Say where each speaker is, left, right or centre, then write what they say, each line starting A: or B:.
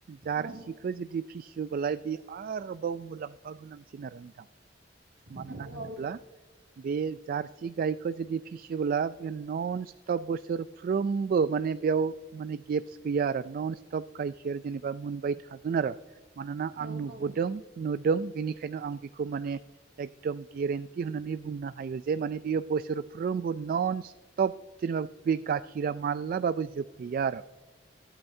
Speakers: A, on the right (about 50°); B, on the right (about 65°).
A: जारसिखौ
B: औ
A: जुदि फिसियो बोलाय बे आरोबाव मुलाम्फा गोनांसिन आरो नोंथां मानोना
B: औ
A: होनोब्ला
B: औ
A: बे जारसि गायखौ जुदि फिसियोब्ला बे नन स्टप बोसोरफ्रोमबो माने बेयाव माने गेब स गैया आरो नन स्टप गाइखेर जेनेबा मोनबाय थागोन आरो मानोना
B: नंगौ
A: आं नुबोदों नुदों बेनिखायनो आं बेखौ माने एकदम गेरेन्टि होना नै बुंनो हायो जे माने बियो बोसोर फ्रोमबो नन स्टप जेनेबा बे गाखिरा मालाबाबो जोबहैया आरो